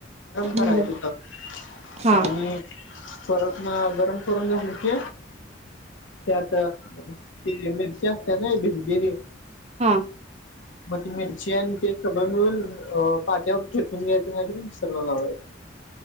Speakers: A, on the left (about 85°); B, on the right (about 35°).
A: करायच
B: बर
A: तर
B: हा
A: आणि परत ना गरम करून झालं की त्यात ते मिरची असत ना भिजलेली.
B: <unintelligible>
A: मग ती मिरची आणि ते सगळं मिळून अ पाट्यावर टेकून घ्यायचं नाहीतर मिक्सरला लावायचं. ह.